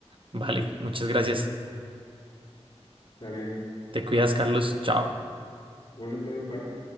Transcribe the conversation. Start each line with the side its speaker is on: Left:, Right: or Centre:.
Right: Vale, muchas gracias.
Left: Sale,
Right: Te cuidas, Carlos. Chao.
Left: igualmente, bye.